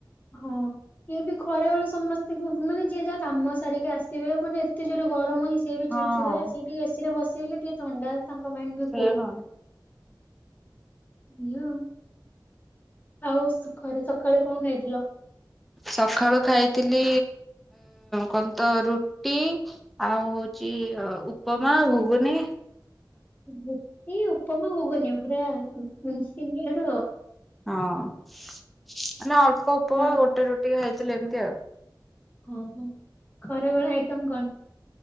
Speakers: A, on the left; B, in the centre.
A: ହଁ ଇଏ ବି ଖରା ବେଳେ ସମସ୍ତେ ଗୁ-ଗୁ-ମାନେ ଯିଏ ଯାହା କାମ ସାରିକି ଆସିବେ ମାନେ ଏତେ ଜୋରେ ଗରମ ହଉଚି ସିଏ ବି
B: ହଁ
A: ଚିଡ ଚିଡ ହୁଏ ଆସିକି ଟିକେ ଏସି ରେ ବସ ସିଲେ ଟିକେ ଥଣ୍ଡା ତାଙ୍କ ମାଇଣ୍ଡ ବି
B: ସେଇଆ
A: କୁଲ୍। ହାଲୋ।
B: ନା।
A: ଆଉ ସୁଖରେ ସକାଳେ କଣ ଖାଇଥିଲ?
B: ସକାଳୁ ଖାଇଥିଲି କନ ତ ରୁଟି ଆଉ ହୋଉଚି ଉପମା ଆଉ ଘୁଗୁନି।
A: ରୁଟି ଉପମା ଘୁଗୁନି? ପୁରା ମେ-ମେସିନ ରେ ସେଠୁ
B: ହଁ ମାନେ ଅଳ୍ପ ଉପମା
A: ଖରା
B: ଗୋଟେ ରୋଟି ଖାଇ ଥିଲି ଏମତି ଆଉ।
A: ଓହୋ ଖରାବେଳେ ଆଇଟମ କଣ